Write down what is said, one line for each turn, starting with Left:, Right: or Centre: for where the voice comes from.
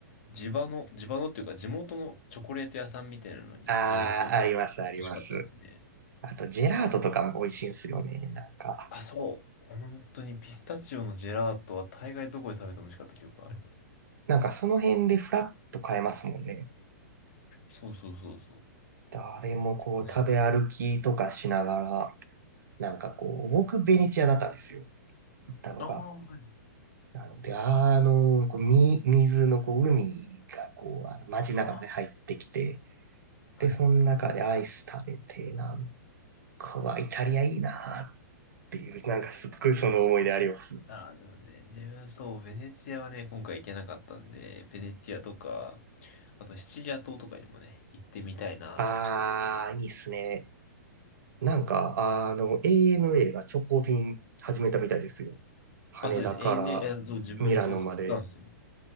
Left: 地場の、地場のっていうか地元のチョコレート屋さんみたいなのによると美
Right: ああ、あります、あります。
Left: 味しかったですね。
Right: あと、ジェラートとかも美味しいんですよね、なんか。
Left: あ、そう。本当にピスタチオのジェラートは大概どこで食べても美味しかった記憶がありますね。
Right: なんかその辺でフラッと買えますもんね。
Left: そうそうそうそう。
Right: 誰もこう食べ歩きとかしながら、
Left: どうですかね。
Right: なんかこう、僕ベネチアだったんですよ、行ったのが。
Left: ああ、はい。
Right: なので、あの、こう、み、水の、こう、海が、こう、あの、街の中まで入ってきて、
Left: ああ、
Right: で、
Left: はい、
Right: その中でアイス食べて、
Left: はい。
Right: なんかは、イタリアいいなーっていう、なんかすっごいその思い出あります。
Left: ああ、でもね、自分そう、ベネチアはね、今回行けなかったんで、ベネチアとか、あとシチリア島とかにもね、行ってみたいなとはちょっと。
Right: あー、いいっすね。なんか、あの、ANA が直行便始めたみたいですよ。羽田から
Left: あ、そうです。a n えそう、自分、
Right: ミラノまで。
Left: そうそう、行ったんですよ。